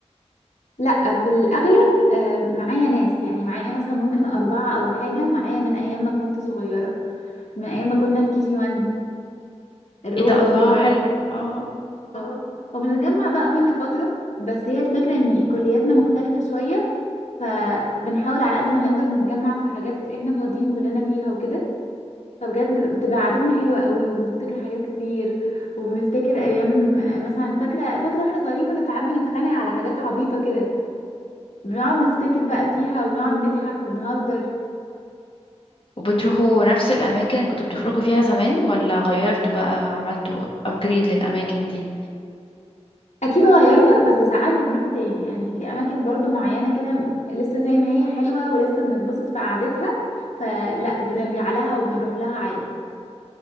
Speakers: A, on the left; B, on the left.
A: لا في الأغلب آه، معايا ناس يعني معايا مثلا ممكن أربعة أو حاجة معايا من أيام ما كنت صغيرة من أيام ما كنا في كي جي وان الروضة
B: ايه ده الله
A: وكده
B: حلو اه
A: آه. وبنتجمع بقى كل فترة بس هي الفكرة ان كلياتنا مختلفة شوية فبنحاول على قد ما نقدر نتجمع في حاجات احنا فاضيين كلنا فيها وكده فبجد بتبقى قعدتنا حلوة قوي وبنفتكر حاجات كتير وبنفتكر ايام مثلا فاكرة فاكرة واحنا صغيرين كنا ساعات بنتخانق على حاجات عبيطة كده بنقعد نفتكر بقى فيها ونقعد نضحك ونهزر
B: وبتروحوا نفس الاماكن اللي كنتوا بتخرجوا فيها زمان ولا غيرتوا بقى عملتوا ابجريد للاماكن دي
A: اكيد غيرنا بس ساعات بنروح تاني يعني في اماكن برضو معينة كده لسه زي ما هي حلوة ولسه بنتبسط في قعدتها فلا بنرجع لها وبنروح لها عادي